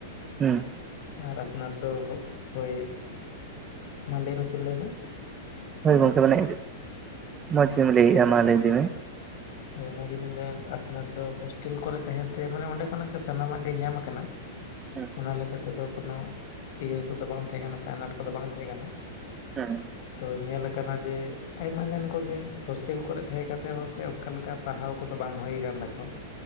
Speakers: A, on the right (about 20°); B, on the left (about 55°).
A: ᱦᱩᱸ
B: ᱟᱨ ᱟᱯᱱᱟᱨ ᱫᱚ ᱦᱚᱜ ᱦᱳᱭ ᱢᱟ ᱞᱟᱹᱭ ᱢᱮ ᱪᱮᱢ ᱞᱟᱹᱭᱫᱟ?
A: ᱦᱳᱭ ᱜᱚᱝᱠᱮ ᱢᱟᱱᱮ ᱢᱚᱸᱡᱽ ᱮᱢ ᱞᱟᱹᱭᱮᱜ-ᱟ ᱢᱟ ᱞᱟᱹᱭ ᱤᱫᱤ ᱢᱮ᱾
B: ᱦᱳᱭ ᱚᱱᱟᱜᱤᱞᱤᱧ ᱞᱟᱹᱭᱮᱫ ᱟᱯᱱᱟᱨ ᱫᱚ ᱦᱳᱥᱴᱮᱞ ᱠᱚᱨᱮ ᱛᱮᱦᱮᱸ ᱛᱮ ᱢᱟᱱᱮ ᱚᱸᱰᱮ ᱠᱷᱚᱱᱟᱜ ᱜᱮ ᱥᱟᱱᱟᱢᱟᱜ ᱜᱮ ᱧᱟᱢ ᱠᱟᱱᱟ᱾
A: ᱦᱩᱸ
B: ᱚᱱᱟ ᱞᱮᱠᱟ ᱛᱮᱫᱚ ᱠᱳᱱᱳ ᱤᱭᱟᱹ ᱠᱚᱫᱚ ᱵᱟᱝ ᱛᱟᱦᱮᱸ ᱠᱟᱱᱟ ᱥᱮ ᱟᱱᱟᱴ ᱠᱚᱫᱚ ᱵᱟᱝ ᱛᱟᱦᱮᱸ ᱠᱟᱱᱟ᱾
A: ᱦᱮ
B: ᱛᱚ ᱧᱮᱞ ᱠᱟᱱᱟ ᱡᱮ ᱟᱭᱢᱟ ᱜᱟᱱ ᱠᱚᱜᱮ ᱦᱳᱥᱴᱮᱞ ᱠᱚᱨᱮ ᱛᱟᱦᱮᱸ ᱠᱟᱛᱮ ᱦᱚᱸ ᱥᱮ ᱚᱱᱠᱟ ᱞᱮᱠᱟ ᱯᱟᱲᱦᱟᱣ ᱠᱚᱫᱚ ᱵᱟᱝ ᱦᱩᱭ ᱠᱟᱱ ᱛᱟᱠᱚᱣᱟ